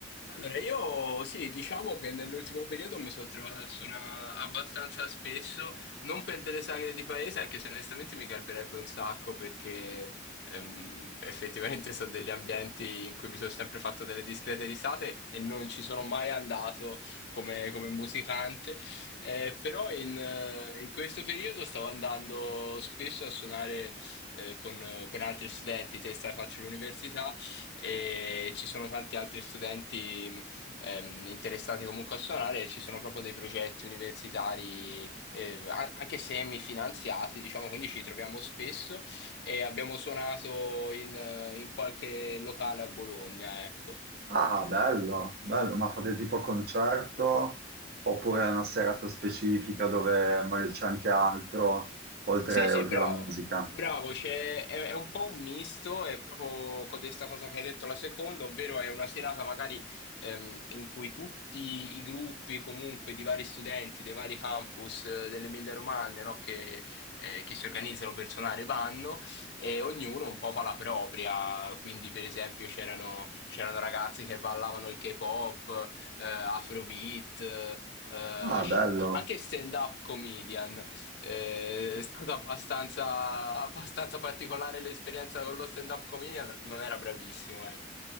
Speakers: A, on the left; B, on the right.
A: Allora, io sì, diciamo che nell'ultimo periodo mi sono trovato a suonare abbastanza spesso, non per delle sagre di paese, anche se onestamente mi garberebbe un sacco perché ehm, effettivamente sono degli ambienti in cui mi sono sempre fatto delle discrete risate e non ci sono mai andato come, come musicante, Eh, però in, eh, in questo periodo stavo andando spesso a suonare eh, con, con altri studenti, testa faccio l'università e ci sono tanti altri studenti mh, ehm, interessati comunque a suonare, e ci sono proprio dei progetti universitari, eh, a- anche semifinanziati, diciamo, quindi ci troviamo spesso e abbiamo suonato in, eh, in qualche locale a Bologna, ecco.
B: Ah, bello, bello, ma fate tipo concerto oppure è una serata specifica dove magari c'è anche altro oltre,
A: Sì, sì,
B: oltre
A: bravo,
B: la musica?
A: bravo, c'è- è, è un po' un misto, è proprio con questa cosa che hai detto la seconda, ovvero è una serata magari ehm, in cui tutti i gruppi comunque di vari studenti, dei vari campus eh, dell'Emilia Romagna, no, che, eh, che si organizzano per suonare vanno e ognuno un po' fa la propria, quindi per esempio c'erano c'erano ragazzi che ballavano il K-pop, eh, Afrobeat, eh, eh,
B: Ah, bello,
A: anche stand-up comedian. Eh, È stata abbastanza, abbastanza particolare l'esperienza con lo stand-up comedian, non era bravissimo, ecco.